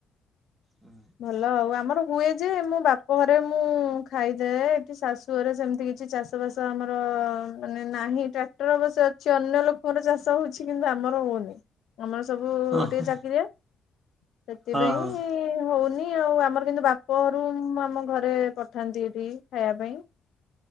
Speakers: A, on the right; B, on the left.
A: ହୁଁ।
B: ଭଲ ଆଉ ଆମର ହୁଏ ଯେ ମୋ ବାପ ଘରେ ମୁଁ ମୁଁ ଖାଇଜାଏ ଏଠି ଶାଶୁ ଘରେ ସେମିତି କିଛି ଚାଷ ବାସ ଆମର ମାନେ ନାହିଁ ଟା <unintelligible> ଅବଶ୍ୟ ଅଛି ଅନ୍ୟ ଲୋକଙ୍କର ଚାଷ ହଉଛି କିନ୍ତୁ ଆମର ହଉନି। ଆମର ସବୁ
A: ଓହୋ
B: ଟିକେ ଚାକିରିଆ ସେଥିପାଇଁ
A: ହଁ ହଁ
B: ହଉନି ଆଉ ଆମର କିନ୍ତୁ ବାପ ଘରୁ ଆମ ଘରେ ପଠାନ୍ତି ଏଠି ଖାଇବା ପାଇଁ।